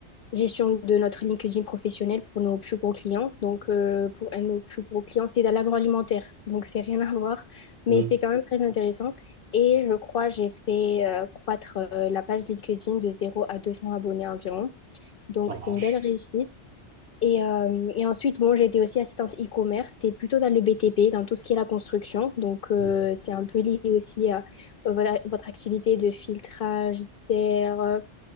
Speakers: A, on the left (about 55°); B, on the right (about 70°).
A: gestion de notre LinkedIn professionnel pour nos plus gros clients. Donc, euh, pour un de nos plus gros clients, c'est dans l'agroalimentaire. Donc, c'est rien à voir. Mais
B: Mhm,
A: c'était quand même très intéressant. Et je crois, j'ai fait euh, croître euh, la page LinkedIn de zéro à 200 abonnés environ. Donc,
B: Ça marche.
A: c'était une belle réussite. Et, euh, et ensuite, bon, j'ai été aussi assistante e-commerce. C'était plutôt dans le BTP, dans tout ce qui est la construction. Donc, euh,
B: Mhm,
A: c'est un peu lié aussi à euh, voilà, votre activité de filtrage d'air. euh,